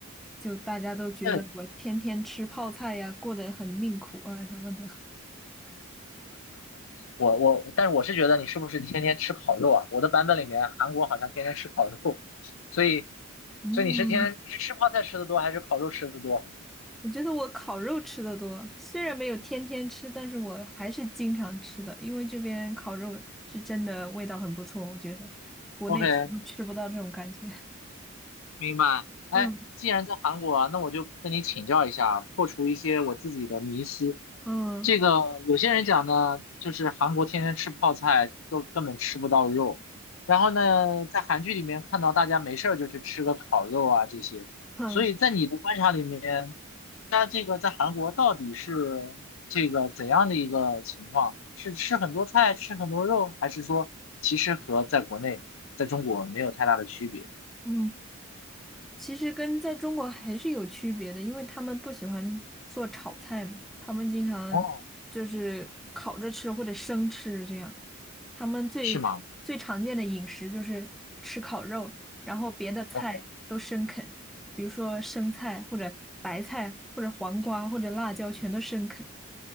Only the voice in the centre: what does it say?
就大家都觉得我天天吃泡菜呀，
过得很命苦啊什么的。
嗯，
我觉得我烤肉吃的多，虽然没有天天吃，但是我还是经常吃的，因为这边烤肉是真的味道很不错，我觉得国内吃吃不到这种感觉。
嗯
嗯
嗯
嗯，其实跟在中国还是有区别的，因为他们不喜欢做炒菜嘛，他们经常就是烤着吃或者生吃这样。
他们最最常见的饮食就是吃烤肉，
然后别的菜都生啃，
比如说生菜或者白菜或者黄瓜或者辣椒全都生啃，